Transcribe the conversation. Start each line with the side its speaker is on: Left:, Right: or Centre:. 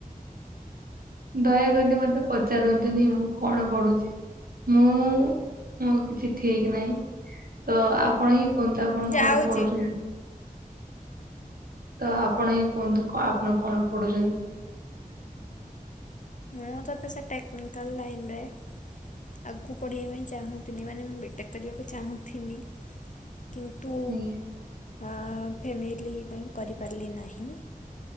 Right: ଦୟାକରି ମତେ ପଚାରୁନ୍ତୁନି ମୁଁ କଣ ପଢୁଚି। ମୁଁ ମୋ କିଛି ଠିକ ନାହିଁ ତ ଆ ପଣ ହିଁ କୁହନ୍ତୁ ଆପଣ
Left: ଯାଉଛି
Right: କଣ ପଢୁଚନ୍ତି? ତ ଆପଣ ହିଁ କୁହନ୍ତୁ କ ଆପଣ କଣ ପଢୁଚନ୍ତି?
Left: ମୁଁ ତତେ ସେ ଟେକ୍ନିକାଲ ଲାଇନ୍ ରେ ଆଗକୁ ପଢିବା ପାଇଁ ଚାହୁଁଥିନି ମାନେ ମୁଁ ବିଟେକ୍ କରିବାକୁ ଚାହୁଁଥିନି କିନ୍ତୁ
Right: ଆଜ୍ଞା।
Left: ଆ ଫ୍ୟାମିଲି ପାଇଁ କରିପାରିଲି ନାହିଁ।